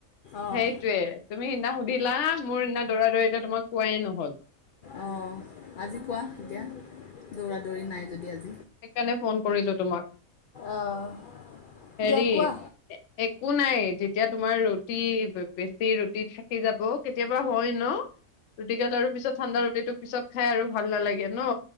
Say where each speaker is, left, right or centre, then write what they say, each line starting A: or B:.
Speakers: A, on the left (about 85°); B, on the left (about 60°).
A: অঁ
B: সেইটোৱে তুমি সেইদিনা সুধি। লা মোৰ সেইদিনা দৌৰা দৌৰিকে তোমাক কোৱাই নহল।
A: অঁ আজি কোৱা এতিয়া, দৌৰা দৌৰি নাই যদি আজি।
B: সেইকাৰণে ফোন কৰিছো তোমাক।
A: অঁ
B: হেৰি
A: দিয়া কোৱা
B: একো নাই যেতিয়া তুমি। তোমাৰ ৰুটি বেছি ৰুটি থাকি যাব কেতিয়াবা হয় ন। ৰুটি কাল আৰু পিছত ঠাণ্ডা ৰুটিটো পিছত। সে আৰু ভাল নালাগে ন।